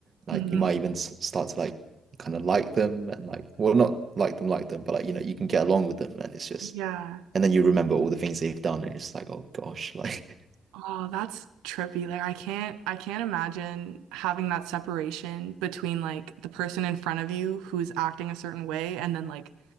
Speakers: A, on the right; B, on the right.
A: Like
B: Mm-hmm.
A: you might even s- start to like kind of like them and like well not like them like them but like you know you can get along with them and it's just
B: Yeah.
A: and then you remember all the things they've done and it's like oh gosh like
B: Oh, that's trippy. Like I can't I can't imagine having that separation between like the person in front of you who's acting a certain way and then like